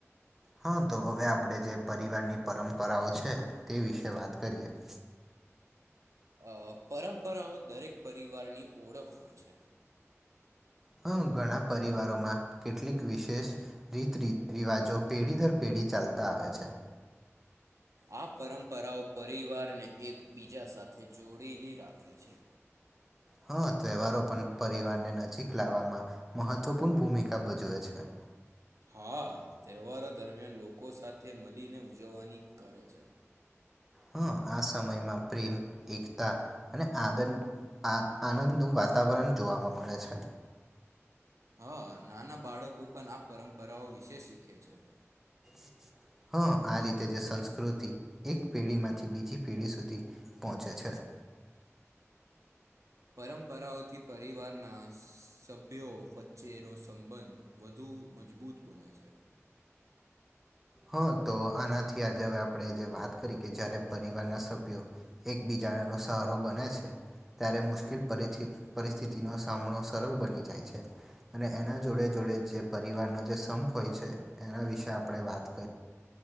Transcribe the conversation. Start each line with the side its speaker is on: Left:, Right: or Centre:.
Centre: હા તો હવે આપણે જે પરિવારની પરંપરાઓ છે તે વિશે વાત કરીએ <inaudible>
Right: અ પરંપરાઓ દરેક પરિવારની ઓળખ હોય છે
Centre: હ ઘણા પરિવારોમાં કેટલીક વિશેષ રીત રિવાજો પેઢી દર પેઢી બી ચાલતા આવે છે
Right: આ પરંપરાઓ પરિવારને એકબીજા સાથે જોડીલી રાખે છે
Centre: હા તહેવારો પણ પરિવારને નજીક લાવવામાં મહત્વપૂર્ણ ભૂમિકા ભજવે છે
Right: હા તહેવારો દરમિયાન લોકો સાથે મળીને ઉજવવાની કરે છે
Centre: હ આ સમયમાં પ્રેમ એકતા અને આદંદ આ આનંદનું વાતાવરણ જોવાવા મળે છે
Right: હા નાના બાળકો પણ આ પરંપરાઓ વિશે શીખે છે
Centre: <inaudible> હા આ રીતે જે સંસ્કૃતિ એક પેઢી માંથી બીજી પેઢી સુધી પહોંચે છે <inaudible>
Right: પરંપરાઓથી પરિવારના સભ્યો વચ્ચેનો સંબંધ વધુ મજબૂત બને છે
Centre: હા તો આનાથી આજે હવે આપણે જે વાત કરી કે જયારે પરિવારના સભ્યો એકબીજા ના સહારો બને છે ત્યારે મુશ્કેલ પર પરિસ્થિતિનો સામનો સરળ બની જાય છે અને એના જોડે જોડે જે પરિવારનો જે સંપ હોય છે એના વિશે આપણે વાત કરી